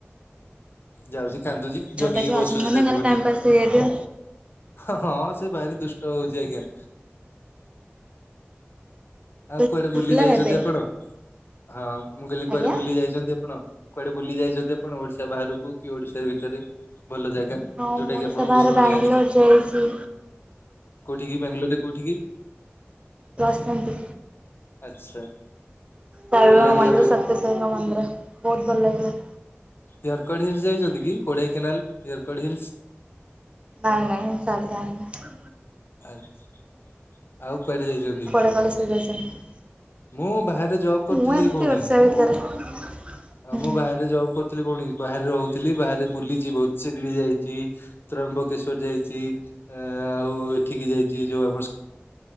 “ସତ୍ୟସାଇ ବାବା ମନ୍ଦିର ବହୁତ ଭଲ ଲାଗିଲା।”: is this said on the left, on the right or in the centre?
Right